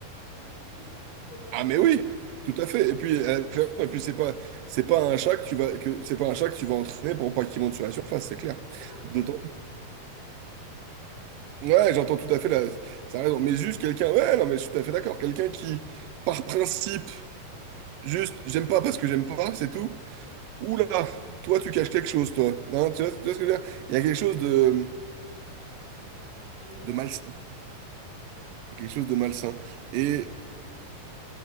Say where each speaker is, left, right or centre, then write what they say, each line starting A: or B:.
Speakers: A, on the left; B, on the right.
A: pas de souci. Je comprends.
B: Ah, mais oui, tout à fait. Et puis, elle a fait- et puis c'est pas, c'est pas un chat que tu vas, que, c'est pas un chat que tu vas entraîner pour pas qu'il monte sur la surface, c'est clair.
A: C'est ça.
B: D'autant.
A: Donc,
B: Ouais, j'entends tout à fait la, ça a raison. Mais juste quelqu'un, ouais, non, mais je suis tout à fait d'accord. Quelqu'un qui, par principe, juste, j'aime pas parce que j'aime pas, c'est tout. Oula, toi, tu caches quelque chose, toi. Hein, tu vois, tu vois ce que je veux dire? Il y a quelque chose de,
A: exact.
B: de malsain. quelque chose de malsain. Et